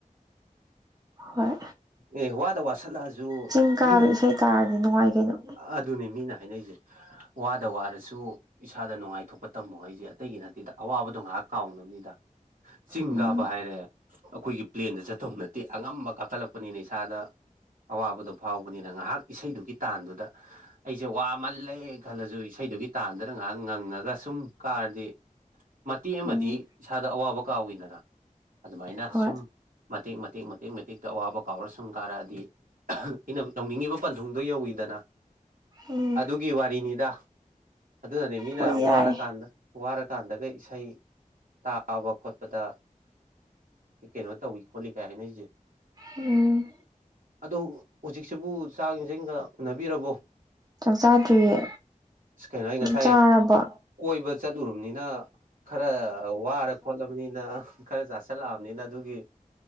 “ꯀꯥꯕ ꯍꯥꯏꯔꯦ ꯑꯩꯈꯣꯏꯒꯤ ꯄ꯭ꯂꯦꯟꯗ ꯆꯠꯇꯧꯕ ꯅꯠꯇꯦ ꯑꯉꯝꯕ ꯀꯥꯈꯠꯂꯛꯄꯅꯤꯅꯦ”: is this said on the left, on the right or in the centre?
Right